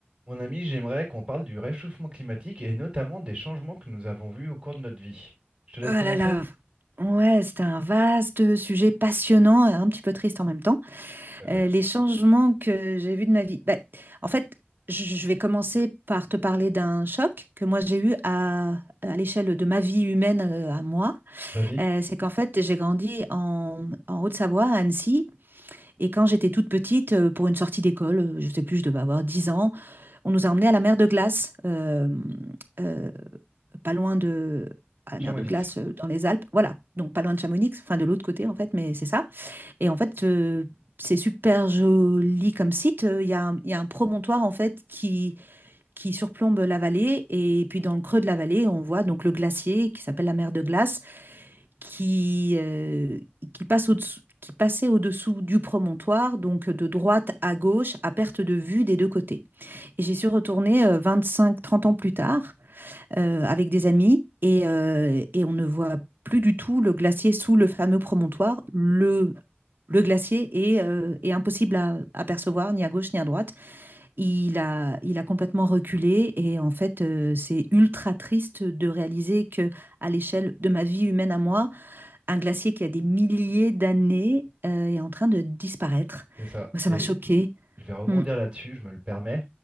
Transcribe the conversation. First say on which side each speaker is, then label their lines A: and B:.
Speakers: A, on the right; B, on the right.
A: Mon ami, j'aimerais qu'on parle du réchauffement climatique et notamment des changements que nous avons vus au cours de notre vie. Je te laisse
B: Oh là
A: commencer?
B: là, ouais, c'était un vaste sujet passionnant et un petit peu triste en même temps.
A: Tout à fait.
B: Euh, les changements que j'ai vus de ma vie. Bah, en fait, je je vais commencer par te parler d'un choc que moi j'ai eu à, à l'échelle de ma vie humaine euh, à moi.
A: Vas-y,
B: Euh, c'est qu'en fait, j'ai grandi en, en Haute-Savoie, à Annecy, et quand j'étais toute petite, euh, pour une sortie d'école, euh, je sais plus, je devais avoir 10 ans, on nous a emmenés à la mer de glace. euh, euh, pas loin de à la
A: Chamonix,
B: mer de glace euh, dans les Alpes. Voilà, donc pas loin de Chamonix, enfin de l'autre côté en fait, mais c'est ça. Et en fait, euh, c'est super joli comme site. Euh, Il y a, un- il y a un promontoire en fait qui, qui surplombe la vallée et puis dans le creux de la vallée, on voit donc le glacier qui s'appelle la mer de glace qui, euh, qui passe au-dessous qui passait au-dessous du promontoire, donc de droite à gauche, à perte de vue des deux côtés. Et j'y suis retournée 25-30 ans plus tard, euh, avec des amis et, euh, et on ne voit plus du tout le glacier sous le fameux promontoire. Le, le glacier est, euh, est impossible à, à percevoir, ni à gauche ni à droite. Il a, il a complètement reculé et en fait, euh, c'est ultra triste de réaliser que à l'échelle de ma vie humaine à moi, un glacier qui a des milliers d'années euh, est en train de disparaître.
A: c'est ça.
B: Moi, ça
A: Et
B: m'a choquée.
A: je vais rebondir
B: Hmm,
A: là-dessus, je me le permets.